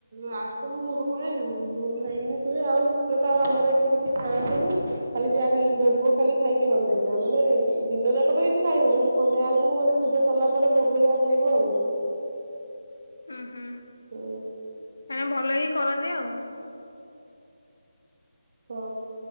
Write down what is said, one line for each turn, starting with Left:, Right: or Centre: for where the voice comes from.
Right: ଲାଷ୍ଟକୁ ଭୋ କ ଆଉ ଭୋଗ ଖାଇକିନି ଶୁଏ ଆଉ ତ ଆଉ ଆମର ଏଠି କିଛି ଖାଆନ୍ତିନି ଖାଲି ଯାହା ଖାଇକି ଭୋଗ ଖାଲି ଖାଇକି ରହିବ ଯାହା ମାନେ ଦିନ ଯାକ ତ କିଛି ଖାଇବନି ଖଲି ସନ୍ଧ୍ୟା ବେଳକୁ ମାନେ ପୂଜା ସରିଲା ପରେ ଭୋଗ ଯାହା ଖାଇବ ଆଉ।
Left: ହଁ ହୁଁ।
Right: ହୁଁ।
Left: ଆଁ ଭଲକି କରନ୍ତି ଆଉ।
Right: ହଁ